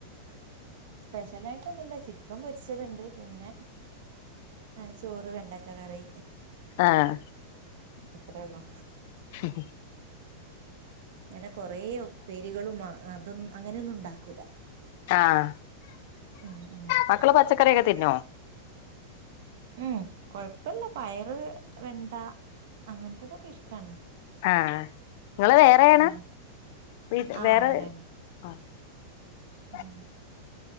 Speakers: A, on the right; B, on the left.
A: സ്പെഷ്യലായിട്ടൊന്നുല്ല ചിക്കൻ പൊരിച്ചത്ണ്ട് പിനെ ഏഹ് ചോറ് വെണ്ടക്ക കറി.
B: ആഹ്
A: അത്രെഒള്ളു.
B: ഹ് ഹ്
A: അങ്ങനെ കൊറേ ഉപ്പേരികളും അ അതൊന്നു അങ്ങനൊന്നും ഉണ്ടാക്കൂല.
B: ആഹ്
A: ഉം ഉം
B: മക്കള് പച്ചക്കറിയൊക്കെ തിനോ?
A: ഉം കൊഴപ്പല്ല പയറ് വെണ്ട അങ്ങനത്തതൊക്കെ ഇഷ്ട്ടാണ്.
B: ആഹ് ഇങ്ങള് വേറേണ
A: ഉം
B: വീട്ട്
A: ആഹ്
B: വേറെ
A: വേറെയാണ്
B: അ ഹ്
A: ഉം